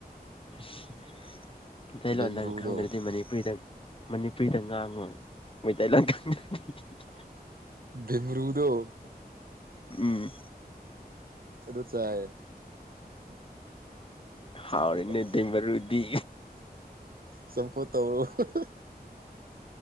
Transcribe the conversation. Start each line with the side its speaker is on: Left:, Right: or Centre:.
Left: ꯑꯁ ꯃꯤꯇꯩꯂꯣꯟꯗ
Right: ꯕꯦꯝꯕ꯭ꯔꯨꯗꯣ
Left: ꯈꯪꯗ꯭ꯔꯗꯤ ꯃꯅꯤꯄꯨꯔꯤꯗ ꯃꯅꯤꯄꯨꯔꯤꯗ ꯑꯉꯥꯡ ꯑꯃ ꯃꯩꯇꯩ ꯂꯥꯟ ꯈꯪꯗ <unintelligible> ꯍꯤꯛ ꯍꯤꯛ ꯍꯤꯛ
Right: ꯚꯦꯃꯔꯨꯗꯣ <unintelligible>
Left: ꯎꯝ
Right: ꯑꯗꯨ ꯆꯥꯏ
Left: ꯍꯥꯎꯔꯦꯅꯦ
Right: ꯆꯝꯐꯨꯠꯇ
Left: ꯗꯦꯃꯔꯨꯗꯤ
Right: ꯆꯝꯐꯨꯠ ꯇꯧꯔꯣ ꯍꯥꯍꯥꯍꯥ